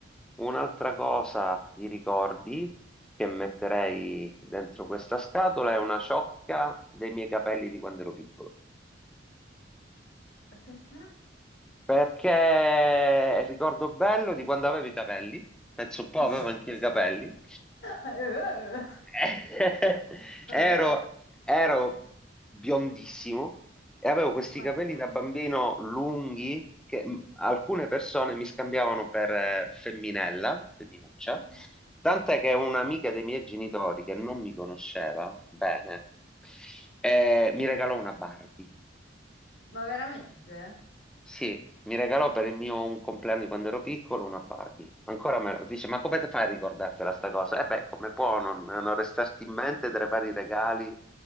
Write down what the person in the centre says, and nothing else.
un'altra cosa di ricordi che metterei
dentro questa scatola è una ciocca dei miei capelli di quando ero piccolo.
Perché è il ricordo bello di quando avevo i capelli, penso un po'
avevo anche i capelli,
<laughs>
Ero, ero biondissimo e avevo questi
capelli
da bambino lunghi che mh, alcune persone mi scambiavano per eh, femminella, femminuccia,
tant'è che un'amica dei miei genitori che non mi conosceva bene eh, mi regalò una Barbie.
Sì, mi regalò per il mio un compleanno di quando ero piccolo una Barbie. Ancora me la dice, ma come te fai a ricordartela sta cosa? E beh, come può non, non restarti in mente tra i vari regali